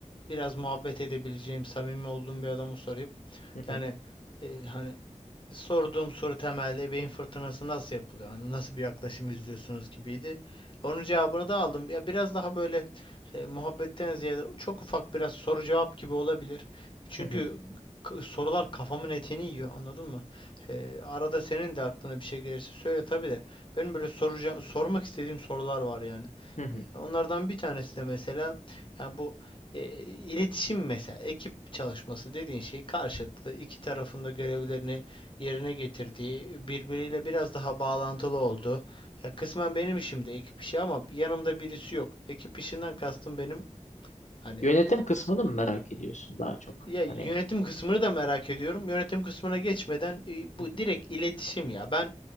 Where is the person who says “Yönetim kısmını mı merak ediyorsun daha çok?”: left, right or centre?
Left